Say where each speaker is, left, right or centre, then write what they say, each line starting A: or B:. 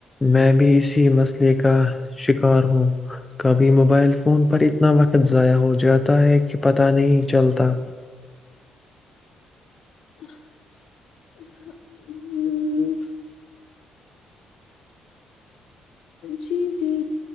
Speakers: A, on the left; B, on the left.
A: میں بھی اسی مسئلے کا شکار ہوں کبھی موبائل فون پر اتنا وقت ضائع ہو جاتا ہے کہ پتہ نہیں چلتا
B: ہ <unintelligible> جی جی